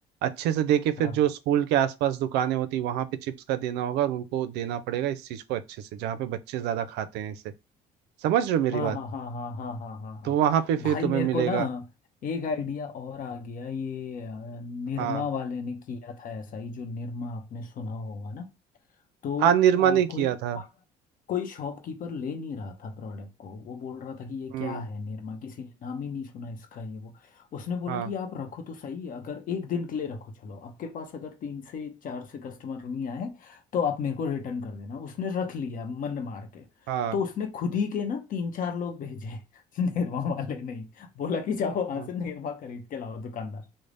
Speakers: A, on the right; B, on the left.
A: अच्छे से देके
B: हाँ
A: फिर जो स्कूल के आसपास दुकानें होती वहां पे चिप्स का देना होगा और उनको देना पड़ेगा इस चीज को अच्छे से जहाँ पे बच्चे ज्यादा खाते हैं इसे समझ रहे हो मेरी
B: हाँ
A: बात
B: हाँ हाँ हाँ हाँ हाँ हाँ हाँ
A: तो वहां पे
B: भाई
A: फिर तुम्हें
B: मेरे को
A: मिलेगा
B: ना एक आइडिया और आ गया ये अ, निरमा
A: हाँ
B: वाले ने किया था ऐसा ही जो निरमा आपने सुना होगा ना तो
A: हाँ निरमा ने
B: अ, कोई
A: किया था
B: कोई कोई शॉपकीपर ले नहीं रहा था प्रोडक्ट को वो बोल रहा था कि ये
A: हम्म
B: क्या है निरमा किसी ने नाम ही नहीं सुना इसका ये वो उसने बोला
A: हाँ
B: कि आप रखो तो सही अगर एक दिन के लिए रखो चलो आपके पास अगर तीन से चार से कस्टमर नहीं आए तो आप मेरे को रिटर्न कर देना उसने रख लिया मन मार के
A: हाँ
B: तो उसने खुद ही के ना तीन चार लोग भेजे <laughs> निरमा वाले नहीं बोला कि जाओ वहां
A: हाँ
B: से निरमा खरीद के लाओ दुकानदार